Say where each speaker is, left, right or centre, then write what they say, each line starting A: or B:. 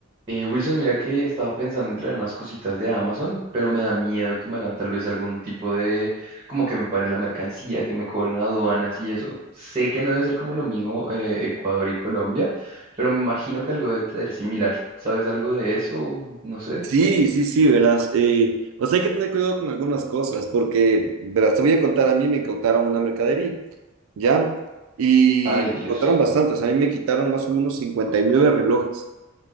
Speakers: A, on the right (about 25°); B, on the right (about 75°).
A: Eh, Wilson, mira que estaba pensando en traer unas cositas de Amazon, pero me da miedo que me hagan tal vez algún tipo de, como que me paren la mercancía, que me cobren aduanas y eso. Sé que no debe ser como lo mismo eh, Ecuador y Colombia, pero me imagino que algo debe ser similar. ¿Sabes algo de eso? No sé.
B: Sí, sí, sí, verás. eh, o sea, hay que tener cuidado con algunas cosas, porque, verás, te voy a contar, a mí me incautaron una mercadería, ¿ya? Y
A: Ay, Dios.
B: incautaron bastantes, a mí me quitaron más o menos 59 relojes.